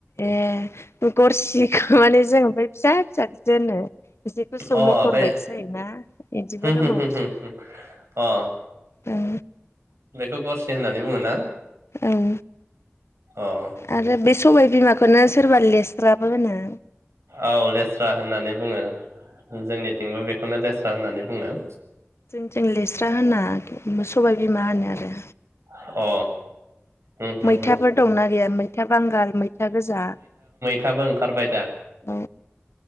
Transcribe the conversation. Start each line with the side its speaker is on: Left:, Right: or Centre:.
Left: ए गरसिखौ माने जों बै फिसा फिसाखोसो होनो। एसे गुसुं
Right: औ
Left: मटर
Right: अ बे
Left: बायदि जायोना इदिबो
Right: होम
Left: दङ
Right: होम होम
Left: गुसुं
Right: होम अ
Left: ओ
Right: खौ गरसे होननानै बुङो ना?
Left: ओं
Right: अ
Left: आरो बे सबाय बिमा खौनो सोरबा लेस्राबो होनो
Right: औ लेस्रा होननानै बुङो जोंनि थिंबो बेखौनो लेस स्रा होननानै बुङो।
Left: जों लेस्रा होना सबाय बिमा होनो आरो
Right: अ उम उम
Left: मैथाफोर
Right: उम
Left: दंना गैया मै था बांगाल मैथा गोजा
Right: थाबो ओंखारबाय दा
Left: औ